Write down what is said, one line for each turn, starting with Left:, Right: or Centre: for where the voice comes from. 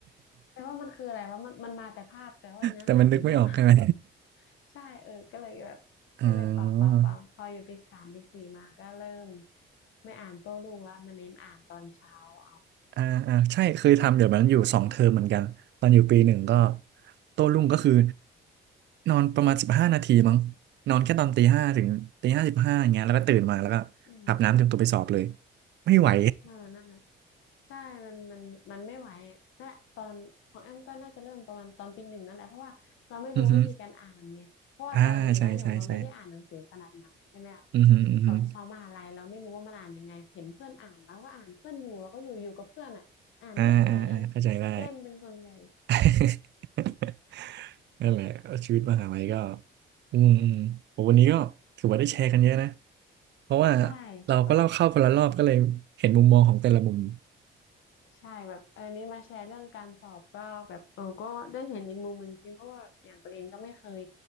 Left: แต่ว่ามันคืออะไรว่ามันมันมาแต่ภาพแต่ว่าเนื้อหามันไม่มา
Right: แต่มันนึกไม่ออกใช่ไหม
Left: <laughs> ใช่เออก็เลยแบบก็เลยปรับปรับปรับพออยู่ปีสามปีสี่มาก็เริ่ม
Right: <laughs> อ๋อ
Left: ไม่อ่านโต้รุ่งแล้วมาเน้นอ่านตอนเช้าเอา
Right: อ่าอ่าใช่เคยทำเดี๋ยวมันอยู่สองเทอมเหมือนกันตอนอยู่ปีหนึ่งก็โต้รุ่งก็คือนอนประมาณสิบห้านาทีมั้งนอนแค่ตอนตีห้าถึงตีห้าสิบห้าอย่างเงี้ยแล้วก็ตื่นมาแล้วก็อาบน้ำเตรียมตัวไปสอบเลย
Left: อืม
Right: ไม่ไหว
Left: เออนั่นน่ะใช่มันมันมันไม่ไหวอะและตอนของแอมก็น่าจะเริ่มประมาณตอนปีหนึ่งนั่นแหละเพราะว่าเราไม่รู้วิธีการอ่านไงเพราะว่าตอนอยู่มัธยมเราไม่ได้อ่านหนังสือขนาดนั้นใช่ไหมล่ะ
Right: <laughs> อือฮึ อ่าใช่ใช่ใช่อือหืออือหือ
Left: พอพอมหาลัยเราไม่รู้ว่ามันอ่านยังไงเห็นเพื่อนอ่านแล้วก็อ่านเพื่อนอยู่แล้วก็อยู่อยู่กับเพื่อนอ่ะอ่านนิดหน่อยเอง
Right: อ่าอ่าอ่าเข้าใจได้
Left: เล่นเป็นส่วนใหญ่
Right: <laughs> นั่นแหละชีวิตมหาลัยก็อืมอืมโหวันนี้ก็ถือว่าได้แชร์กันเยอะนะ เพราะว่า
Left: ใช่
Right: เราก็เล่าเข้าคนละรอบก็เลยเห็นมุมมองของแต่ละมุม
Left: ใช่แบบเออนี่มาแชร์เรื่องการสอบก็แบบเออก็ได้เห็นอีกมุมหนึ่งจริงๆเพราะว่าอย่างตัวเองก็ไม่เคย